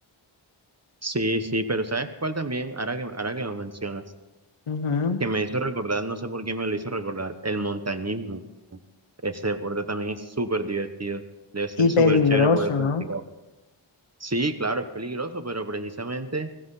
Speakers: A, on the right; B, on the left.
A: Sí, sí, pero ¿sabes cuál también? Ahora que, ahora que lo mencionas,
B: Ujú.
A: que me hizo recordar, no sé por qué me lo hizo recordar, el montañismo. Ese deporte también es súper divertido. Debe ser
B: Y
A: súper
B: peligroso,
A: chévere poder practicar.
B: ¿no?
A: Sí, claro, es peligroso, pero precisamente